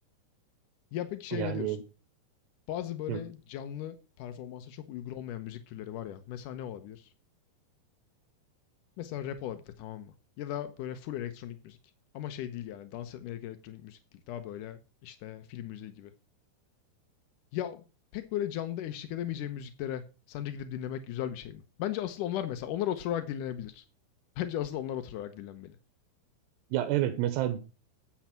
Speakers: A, on the left; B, on the right.
A: Ya peki şey
B: Yani
A: ne diyorsun? Bazı böyle
B: hı.
A: canlı performansa çok uygun olmayan müzik türleri var ya. Mesela ne olabilir? Mesela rap olabilir tamam mı? Ya da böyle full elektronik müzik. Ama şey değil yani dans etmelik elektronik müzik değil. Daha böyle işte film müziği gibi. Ya pek böyle canlıda eşlik edemeyeceğim müziklere sence gidip dinlemek güzel bir şey mi? Bence asıl onlar mesela. Onlar oturarak dinlenebilir. <laughs> Bence asıl onlar oturarak dinlenmeli.
B: Ya evet mesela